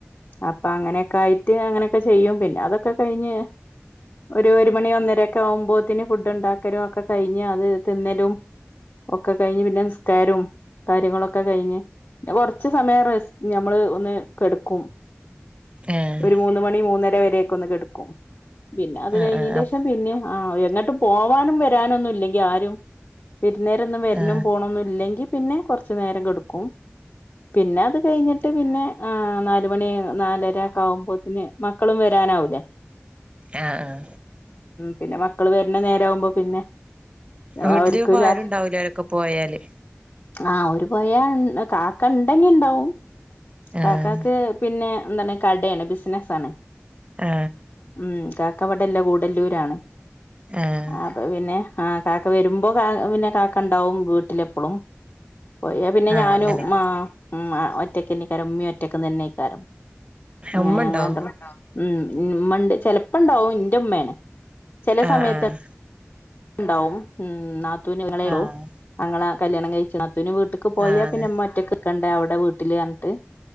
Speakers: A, on the left; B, on the right.
A: അപ്പൊ അങ്ങനൊക്കായിട്ട് അങ്ങനൊക്കെ ചെയ്യും പിന്നെ അതൊക്കെ കഴിഞ്ഞ് ഒരു ഒരു മണി ഒന്നരക്കാവുമ്പോത്തിന് ഫുഡ് ണ്ടാക്കലും ഒക്കെ കഴിഞ്ഞ് അത് തിന്നലും ഒക്കെ കഴിഞ്ഞ് പിന്നെ നിസ്കാരവും കാര്യങ്ങളൊക്കെ കയ്ഞ്ഞ് പിന്നെ കൊർച്ച് സമയം റെ ഞമ്മള് ഒന്ന് കെട്ക്കും.
B: ആഹ്
A: ഒരു മൂന്ന് മണി മൂന്നര വരെക്കെ ഒന്ന് കെട്ക്കും. പിന്നെ അത്
B: ആഹ്
A: കഴിഞ്ഞേന്റെഷം
B: ആഹ് ആഹ് അപ്
A: പിന്നിം ആ എങ്ങോട്ട് പോവാനും വരാനൊന്നും ഇല്ലെങ്കി ആരും വിരുന്ന്കാരൊന്നും വര്ണും
B: ആഹ് ആഹ്
A: പോണൊന്നുല്ലെങ്കി പിന്നെ കൊറച്ച് നേരം കെട്ക്കും. പിന്നെ അത് കഴിഞ്ഞിട്ട് പിന്നെ ആ നാലുമണി നാലര ക്കെ ആകുമ്പോ പിന്നെ മക്കളും വരാനാവൂല്ലേ
B: ആഹ് ആഹ്
A: പിന്നെ മ ക്കള് വര്ണ നേരാകുമ്പോ പിന്നെ
B: വീട്ടില്
A: ഓര്ക്ക്
B: ഇപ്പ
A: ചായ
B: ആരുണ്ടാവൂല അവരൊക്കെ പോയാല്
A: ആ ഓര് പോയാ കാക്ക ണ്ടെങ്കി ണ്ടാവും കാക്കാക്ക്
B: ആഹ്
A: പിന്നെ എന്താണ് കടേണ് ബിസിനസ്സാണ്.
B: ആ
A: ഉം കാക്ക ഇവിടെല്ല ഗൂഡല്ലൂരാണ്
B: ആഹ്
A: അപ്പൊ പിന്നെ ആ കാക്ക വെരുമ്പോ പിന്നെ കാക്ക ണ്ടാവും വീട്ടിലെപ്പളും പോയാപിന്നെ
B: ആഹ്
A: ഞാനും
B: അങ്ങനെ
A: മ മ ഒറ്റക്കന്നെക്കാരം ഉമ്മേം ഒറ്റക്കന്നെക്കാരം. അങ്ങനെ
B: ഉമ്മണ്ടോ
A: ഞങ്ങള് രണ്ടാളും ഉമ്മ ണ്ട് ചെലപ്പോണ്ടാവും ന്റെ മ്മേണ്. ചെല
B: ആഹ്
A: സമയത്ത് ണ്ടാവും ഉം നാത്തൂന് <unintelligible>
B: ആഹ്
A: ആങ്ങള കല്യാണം കഴിച്ച് നാത്തൂന് വീട്ട്ക്ക് പോയാ
B: ആഹ്
A: പിന്നെ മ്മ ഒറ്റക്ക് നിൽക്കണ്ടേ അവിടെ. 'വീട്ടില് അങ്ങട്ട്